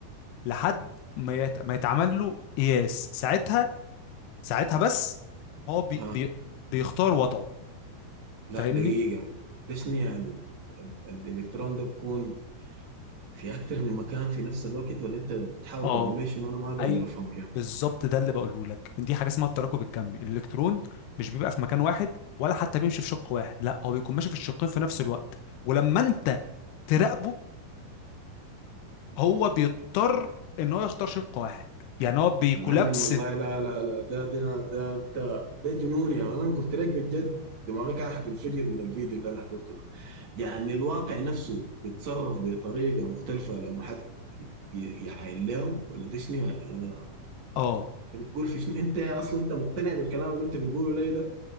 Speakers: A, on the left; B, on the right.
A: لحد ما يت... ما يتعمل له قياس ساعتها ساعتها بس هو بي...
B: ها
A: بي... بيختار وضعه
B: لا
A: فاهمني
B: دقيقة ده شنو يعني ال- الالكترون ده بيكون في اكتر من مكان في نفس الوقت ولا انت بتحاول
A: اه
B: تقول لي شنو انا ما قادر
A: ايوه
B: افهمك يا مان
A: بالظبط ده اللي بقوله لك دي حاجه اسمها التراكب الكمي الالكترون مش بيبقى في مكان واحد ولا حتى بيمشي في شق واحد لا هو بيكون ماشي في الشقين في نفس الوقت ولما انت تراقبه هو بيضطر ان هو يختار شق واحد يعني هو بيكولابس
B: يا معلم والله
A: <laughs>
B: لا لا لا ده ده ده انت ده جنون يا مان انا قلت لك بجد دماغي كان حتنفجر من الفيديو اللي انا حضرته ده يعني الواقع نفسه بيتصرف بطريقة مختلفة لما حد ي- ي- يعاين له ولا ده شنو يعني أنا
A: اه
B: أنت بتقول في شنو أنت أصلا أنت مقتنع بالكلام اللي أنت بتقوله لي ده